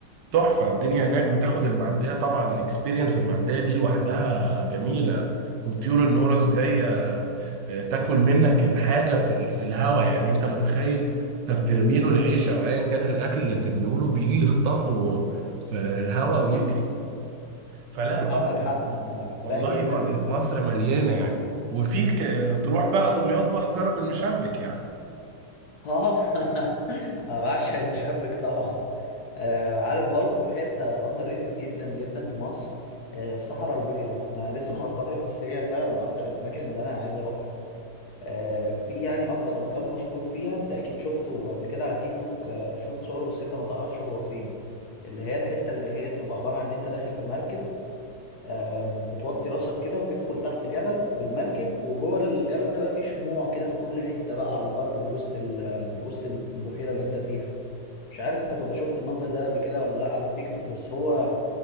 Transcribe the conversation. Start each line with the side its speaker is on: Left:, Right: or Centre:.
Right: تحفة الدنيا هناك وتاخد المعدية طبعا الاكسبيرينس المعدية دي لوحدها جميلة وطيور النورس جاية آه، تاكل منك الحاجة في ال- في الهوا يعني انت متخيل انت بترمي له العيش او ايا كان الاكل اللي هترميه له بيجي يخطفه في الهوا ويجري فلا طبعا
Left: عندك حق أنا بحبها
Right: والله
Left: جدا
Right: مر- مصر مليانة يعني وفي ك- تروح بقى دمياط بقى تجرب المشبك يعني
Left: اه <laughs> انا بعشق المشبك طبعا آه عارف برضو في حته اندر ريتد جدا جدا في مصر آه الصحراء البيضاء انا لسه ما رحتهاش بس هي فعلا من اكتر الاماكن اللي انا عايز اروحها آه، في يعني اكتر مكان مشهور فيها انت اكيد شفته قبل كده على تيك توك آه، او شفت صوره بس انت ما تعرفش هو فين اللي هي الحته اللي هي بتبقى عباره عن ان انت داخل بمركب آم، بتوطي راسك كده وتدخل تحت جبل بالمركب وجوه الجبل ده بقى فيه شموع كده في كل حته بقى على الارض وسط ال- وسط البحيره اللي انت فيها مش عارف هتبقى شفت المنظر ده قبل كده ولا لا على تيك توك بس هو